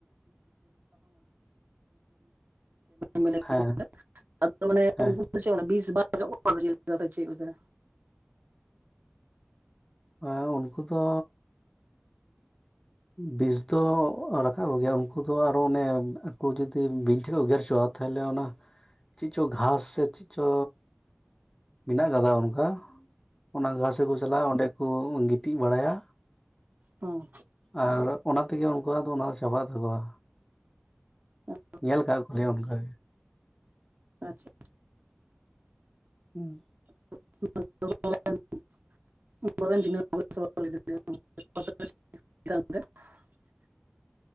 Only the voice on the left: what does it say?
ᱦᱮᱸ
ᱦᱮᱸ
ᱦᱮᱸ ᱩᱱᱠᱩ ᱫᱚ ᱵᱤᱥ ᱫᱚ ᱨᱟᱠᱟᱵ ᱠᱚᱜᱮᱭᱟ ᱩᱱᱠᱩ ᱫᱚ ᱟᱨᱚ ᱚᱱᱮ ᱩᱱᱠᱩ ᱡᱩᱫᱤ ᱵᱤᱧ ᱴᱷᱮᱡ ᱠᱚ ᱜᱮᱨ ᱦᱚᱪᱚᱼᱟ ᱛᱚ ᱛᱟᱦᱚᱞᱮ ᱚᱱᱟ ᱪᱮᱫ ᱪᱚᱝ ᱜᱷᱟᱥ ᱥᱮ ᱪᱮᱫ ᱪᱚ ᱢᱮᱱᱟᱜ ᱟᱠᱟᱫᱟ ᱚᱱᱠᱟ ᱚᱱᱟ ᱜᱷᱟᱥ ᱥᱮᱫ ᱠᱚ ᱪᱟᱞᱟᱜᱼᱟ ᱚᱸᱰᱮ ᱠᱚ ᱜᱤᱛᱤᱡ ᱵᱟᱲᱟᱭᱟ
ᱟᱨ ᱚᱱᱟ ᱛᱮᱜᱮ ᱩᱱᱠᱩᱣᱟᱜ ᱫᱚ ᱚᱱᱟ ᱪᱟᱵᱟᱜ ᱛᱟᱠᱚᱣᱟ
ᱧᱮᱞ ᱠᱟᱫ ᱠᱚ ᱜᱮᱭᱟ ᱚᱱᱠᱟ
ᱦᱩᱸ ᱾